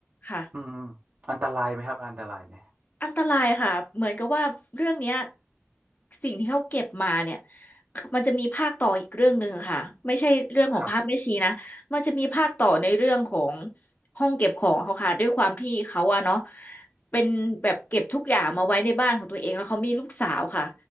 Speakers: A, on the left; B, on the right.
A: ค่ะ
B: อืมอมอันตรายไหมครับอันตรายไหม
A: อันตรายค่ะเหมือนกับว่าเรื่องเนี้ยสิ่งที่เขาเก็บมาเนี่ยมันจะมีภาคต่ออีกเรื่องหนึ่งค่ะไม่ใช่เรื่องของภาพแม่ชีนะมันจะมีภาคต่อในเรื่องของ
B: ครับ
A: ห้องเก็บของเขาค่ะด้วยความที่เขาอะเนาะเป็นแบบเก็บทุกอย่างมาไว้ในบ้านของตัวเองแล้วเขามีลูกสาวค่ะ